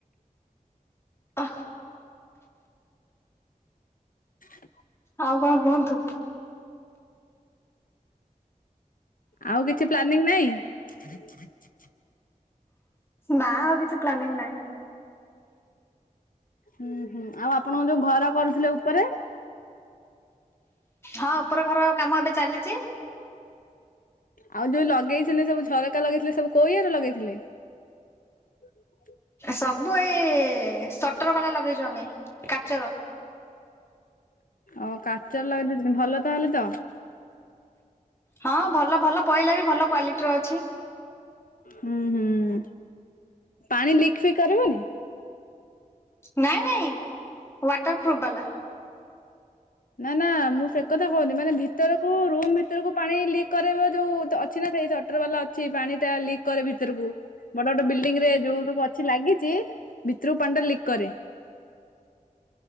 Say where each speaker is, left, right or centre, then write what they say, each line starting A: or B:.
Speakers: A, on the left (about 20°); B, on the left (about 70°).
A: <unintelligible>
B: ହୁଁ
A: ଆଉ କଣ କୁହନ୍ତୁ?
B: ଆଉ କିଛି ପ୍ଲାନିଂ ନାହିଁ? ହ
A: ନା ଆଉ କିଛି ପ୍ଲାନିଂ ନାହିଁ।
B: ଉଁ ହୁଁ। ଆଉ ଆପଣଙ୍କ ଯୋଉ ଘର କରୁଥିଲେ ଉପରେ?
A: ହଁ ଉପର ଘର କାମ ଏବେ ଚାଲିଚି।
B: ଆଉ ଯଉ ଲଗେଇଥିଲେ ସବୁ ଝରକା ଲଗେଇଥିଲେ ସବୁ କୋଉ ଇଏ ର ଲଗେଇଥିଲେ? ହ
A: ସବୁ ଏ ସଟର ବାଲା ଲଗେଇଚୁ ଆମେ କାଚର।
B: ଓ କାଚର ଲଗେଇଦେଇଛନ୍ତି। ଭଲ ତାହେଲେ ତ?
A: ହଁ ଭଲ ଭଲ ପଇଲା ବି, ଭଲ କ୍ୱାଲିଟିର ଅଛି।
B: ହୁଁ ହୁଁ ପାଣି ଲିକ୍ ଫିକ୍ କରିବନି?
A: ନାଇଁ ନାଇଁ ୱାଟର୍ ପ୍ରୁଫ୍ ବାଲା।
B: ନାଁ ନାଁ ମୁଁ ସେ କଥା କୋହୁନି ମାନେ ଭିତରକୁ ରୁମ୍ ଭିତରକୁ ପାଣି ଲିକ କରାଇବ ଯୋଉ ଅଛି ନା ସେଇ ଟର୍ ବାଲା ଅଛି ପାଣି ଟା ଲିକ୍ କରେ ଭିତରୁକୁ। ବଡ ବଡ ବିଲ୍ଡିଂ ରେ ଯୋଉ ଅଛି ଲାଗିଛି ଭିତରୁ ପାଣିଟା ଲିକ୍ କରେ।